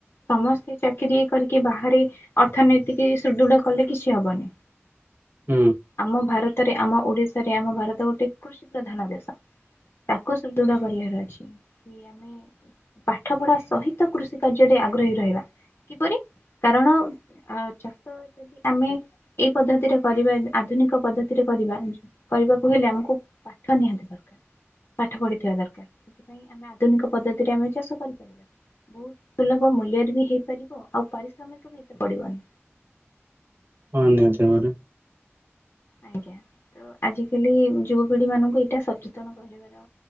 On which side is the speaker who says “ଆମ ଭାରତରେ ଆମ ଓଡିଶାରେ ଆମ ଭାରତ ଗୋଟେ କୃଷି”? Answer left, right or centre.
Left